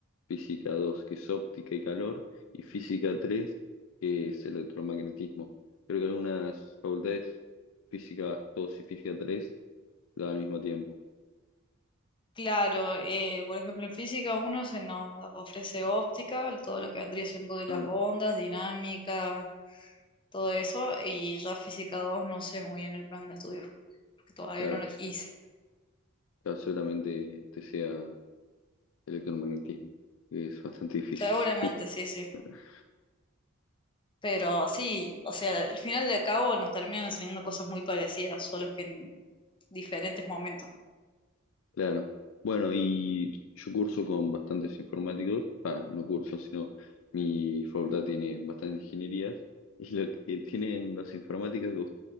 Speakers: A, on the left (about 75°); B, on the left (about 25°).
A: física 2 que es óptica y calor, y física 3 que es electromagnetismo. Creo que algunas facultades, física 2 y física 3 la dan al mismo tiempo.
B: Claro, eh, por ejemplo, en física uno se nos ofrece óptica, todo lo que vendría siendo de
A: Ah,
B: las ondas, dinámica, todo eso, y ya física 2 no sé muy bien el plan de estudio, porque todavía
A: claro.
B: no lo hice.
A: Claro, seguramente te sea electromagnetismo, que es bastante difícil.
B: Seguramente, sí, sí.
A: <laughs>
B: Pero sí, o sea, al final de cabo nos terminan enseñando cosas muy parecidas, solo que en diferentes momentos.
A: Claro. Bueno, y yo curso con bastantes informáticos. Ah, no curso, sino mi facultad tiene bastantes ingenierías. <laughs> Y lo que tienen los informáticos gust-